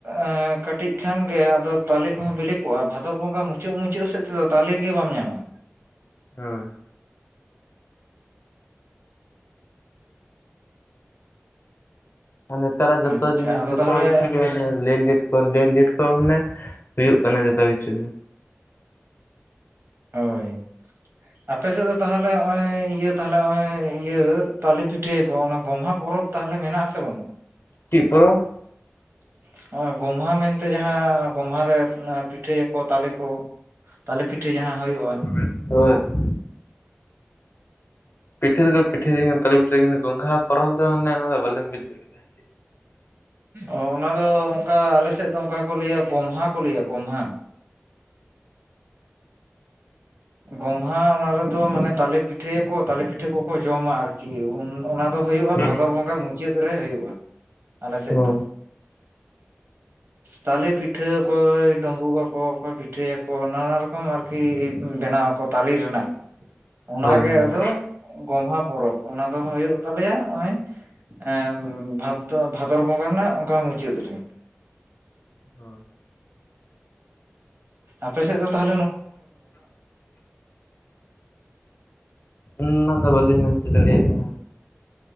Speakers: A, on the right; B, on the left.
A: ᱮ ᱠᱟᱹᱴᱤᱡ ᱠᱷᱟᱱ ᱜᱮ ᱛᱟᱞᱮ ᱠᱚᱦᱚ ᱵᱮᱞᱮ ᱠᱩ-ᱟ ᱵᱷᱟᱫᱚᱨ ᱵᱚᱸᱜᱟ ᱢᱩᱪᱟᱹᱫ ᱢᱩᱪᱟᱹᱫ ᱥᱮᱫ ᱛᱮᱫᱚ ᱛᱟᱞᱮ ᱜᱮ ᱵᱟᱢ ᱧᱟᱢᱟ
B: ᱦᱳᱭ ᱱᱮᱛᱟᱨᱟᱜ ᱡᱚᱛᱚ
A: ᱟᱪᱪᱷᱟ
B: ᱡᱤᱱᱤᱥ
A: ᱟᱫᱚ
B: ᱡᱚᱛᱚ
A: ᱛᱟᱦᱚᱞᱮ
B: ᱠᱤᱪᱩ ᱡᱚ ᱧᱮᱞ ᱞᱮᱱ ᱰᱮᱴ ᱠᱚ ᱞᱮᱱ ᱰᱮᱴ ᱠᱚ ᱢᱟᱱᱮ ᱦᱩᱭᱩᱜ ᱠᱟᱱᱟ ᱡᱚᱛᱚ ᱠᱤᱪᱷᱩ ᱜᱮ
A: ᱦᱳᱭ ᱟᱯᱮ ᱥᱮᱫ ᱫᱚ ᱛᱟᱦᱚᱞᱮ ᱦᱚᱜ-ᱚᱭ ᱤᱭᱟᱹ ᱛᱟᱦᱚᱞᱮ ᱦᱚᱜ-ᱚᱭ ᱤᱭᱟᱹ ᱛᱟᱞᱮ ᱯᱤᱴᱷᱟᱹ ᱠᱚᱦᱚ ᱚᱱᱟ ᱜᱚᱢᱦᱟ ᱯᱚᱨᱚᱵᱽ ᱛᱟᱦᱚᱞᱮ ᱢᱮᱱᱟᱜ ᱟᱥᱮ ᱵᱟᱹᱱᱩᱜ-ᱟ
B: ᱪᱤᱫ ᱯᱚᱨᱚ <unintelligible>
A: <inaudible> ᱦᱚᱜᱼᱚᱭ ᱜᱚᱢᱦᱟ ᱢᱮᱱᱛᱮ ᱡᱟᱦᱟᱸ ᱜᱚᱢᱦᱟ ᱨᱮ ᱯᱤᱴᱷᱟᱹᱭᱟᱠᱚ ᱛᱟᱞᱮ ᱠᱚ ᱛᱟᱞᱮ ᱯᱤᱴᱷᱟᱹ ᱡᱟᱦᱟᱸ ᱦᱩᱭᱩᱜᱼᱟ
B: <unintelligible> ᱯᱤᱴᱷᱟᱹ ᱫᱚ ᱠᱚ ᱯᱤᱴᱷᱟᱹ ᱫᱤᱧ ᱛᱟᱞᱮ ᱯᱤᱴᱷᱟᱹ ᱜᱚᱢᱦᱟ ᱯᱚᱨᱚᱵ ᱫᱚ ᱢᱟᱱᱮ ᱫᱚ ᱵᱟᱞᱤᱧ ᱵᱩᱡ ᱫᱟᱲᱤᱭᱟᱫᱟ
A: ᱚ ᱚᱱᱟ ᱫᱚ ᱚᱱᱠᱟ ᱟᱞᱮᱥᱮᱫ ᱫᱚ ᱜᱚᱢᱟᱦ ᱠᱚ ᱞᱟᱭᱤᱭᱟ ᱜᱚᱢᱟᱦ ᱜᱚᱢᱦᱟ ᱚᱱᱟ ᱨᱮᱫᱚ ᱢᱟᱱᱮ ᱛᱟᱞᱮ ᱯᱤᱴᱷᱟᱹᱭᱟᱠᱚ ᱛᱟᱞᱮ ᱯᱤᱴᱷᱟᱹ ᱠᱚᱠᱚ ᱡᱚᱢᱟ ᱟᱨᱠᱤ ᱚᱱᱟ ᱫᱚ ᱦᱩᱭᱩᱜᱼᱟ
B: ᱦᱳᱭ
A: ᱵᱷᱟᱫᱚᱨ ᱵᱚᱸᱜᱟ ᱢᱩᱪᱟᱹᱫ ᱨᱮ ᱦᱩᱭᱩᱜᱼᱟ ᱟᱞᱮ ᱥᱮᱫ
B: ᱦᱳᱭ
A: ᱫᱚ ᱛᱟᱞᱮ ᱯᱤᱴᱷᱟᱹ ᱚᱠᱚᱭ ᱰᱩᱸᱵᱩᱜ ᱟᱠᱚ ᱚᱠᱚᱭ ᱯᱤᱴᱷᱟᱹᱭᱟᱠᱚ ᱱᱟᱱᱟ ᱨᱚᱠᱚᱢ ᱟᱨᱠᱤ ᱵᱮᱱᱟᱣ ᱟᱠᱚ ᱛᱟᱞᱮ ᱨᱮᱱᱟᱜ ᱚᱱᱟ
B: ᱦᱳᱭ
A: ᱜᱮ
B: ᱦᱳᱭ
A: ᱟᱫᱚ ᱜᱚᱢᱦᱟ ᱯᱚᱨᱚᱵᱽ ᱚᱱᱟ ᱫᱚ ᱦᱩᱭᱩᱜ ᱛᱟᱞᱮᱭᱟ ᱦᱚᱜᱼᱚᱭ ᱮᱸ ᱵᱷᱟᱫ ᱫᱚ ᱵᱷᱟᱫᱚᱨ ᱵᱚᱸᱜᱟ ᱨᱮᱱᱟᱜ ᱚᱱᱠᱟ ᱢᱩᱪᱟᱹᱫ ᱨᱮ
B: ᱦᱳᱭ
A: ᱟᱯᱮ ᱥᱮᱫ ᱫᱚ ᱛᱟᱦ
B: ᱩᱸ ᱚᱱᱟ ᱫᱚ ᱵᱟᱞᱤᱧ ᱢᱮᱱ ᱪᱩ ᱫᱟᱲᱤᱭᱟᱜ ᱠᱟᱱᱟ